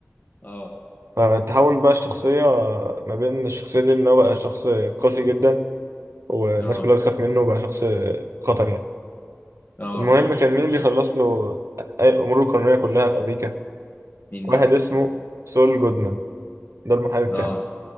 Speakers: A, on the left (about 40°); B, on the right (about 85°).
A: اه
B: فتحول بقى الشخصية آه، ما بين الشخصية دي إن هو بقى شخص قاسي جدا والناس
A: اه
B: كلها بتخاف منه وبقى شخص آه، خطر يعني
A: اه
B: المهم كان مين بيخلص له أي أموره القانونية كلها في أمريكا
A: مين
B: واحد
A: ده
B: اسمه سول جودمان ده المحامي بتاعه
A: اه